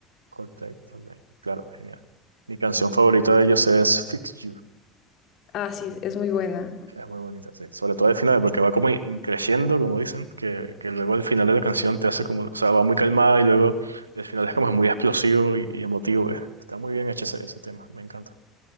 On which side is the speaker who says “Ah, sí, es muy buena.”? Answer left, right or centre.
Left